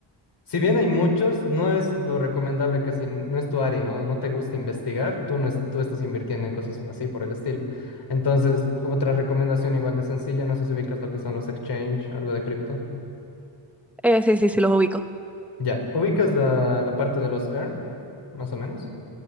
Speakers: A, on the left (about 60°); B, in the centre.
A: Si bien hay muchos, no es lo recomendable que si no es tu área, ¿no? No te gusta investigar, tú no es- tú estás invirtiendo en cosas así por el estilo. Entonces, otra recomendación igual de sencilla, no sé si ubicas lo que son los exchange, algo de cripto.
B: Eh, sí, sí, sí, los ubico.
A: Ya, ubicas la, la parte de los earn, más o menos.